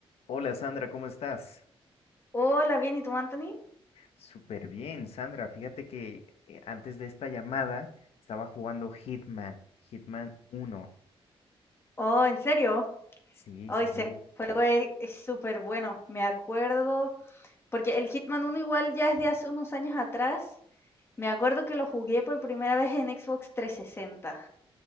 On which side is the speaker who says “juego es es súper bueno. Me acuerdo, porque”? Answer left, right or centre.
Left